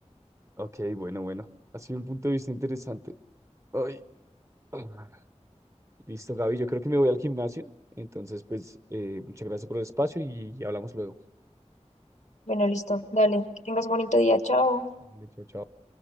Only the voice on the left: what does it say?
Bueno, listo, dale, que tengas un bonito día, chao.